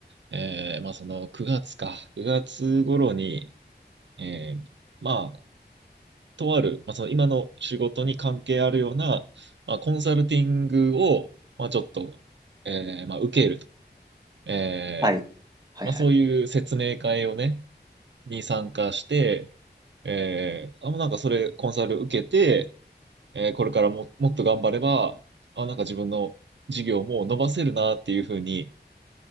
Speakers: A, on the right (about 90°); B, on the right (about 20°).
A: えーまあその9月か、9月頃に、えーまあ、とある、まあその今の仕事に関係あるような、まあコンサルティングを、まあちょっと、えーまあ受けると。えー
B: はい。はいはい。
A: まあそういう説明会をね、に参加して、えー、あ、もうなんかそれコンサル受けて、えー、これからも、もっと頑張れば、あ、なんか自分の事業も伸ばせるなっていうふうに、